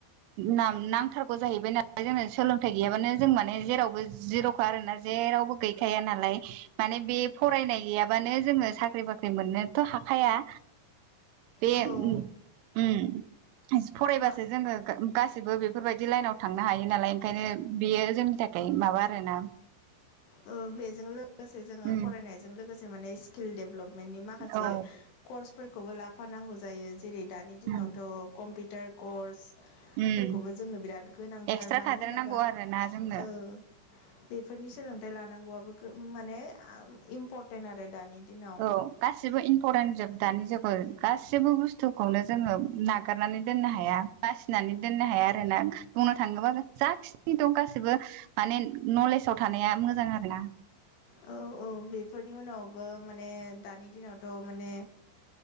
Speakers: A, on the right; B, on the left.
A: नां-नांथारगौ जाहैबाय नालाय जोंनो सोलोंथाइ गैयाबानो जों माने जेरावबो जिर'खा आरोना जे जेरावबो गैखाया नालाय माने बे फरायनाय गैयाबानो जोङो साख्रि बाख्रि मोननोथ' हा खाया बे
B: औ
A: ओम ओम फरायबासो
B: मा
A: जोङो गा-गासैबो बेफोरबाय दि लाइनाव थांनो हायो नालाय ओंखायनो बियो जोंनि थाखाय माबा आरो ना
B: ओ बेजों लोगोसे जोंङो
A: ओम
B: फरायनायजों लोगोसे माने स्किल डेभलप माने माखासे
A: औ
B: कर्सफोरखौबो लाफानांगौ जायो। जेरै दानि दिनावथ'
A: ओम
B: कम्पिउटार कर्स
A: ओम
B: फोरखौबो जोंनो बिराद गोनांथार
A: एक्सट्रा
B: मानो
A: थादेरनांगौ
B: होनोब्ला
A: आरो ना जोंनो
B: ओ बेफोरनि सोलोंथाइ लानांगौआबो गो माने इम्परटेन्ट आरो दानि दिनाव
A: औ गासिबो इम्परटेनजोब दानि जुगाव गास सिबो बुस्थुखौनो जोङो नागारनानै दोननो हाया बासिनानै दोननो हाया आरोना बुंनो थाङोबा जाखिनि दं गाससिबो माने नलेजाव थानाया मोजां आरोना।
B: औ औ बेफोरनि उनावबो माने दानि दिनावथ' माने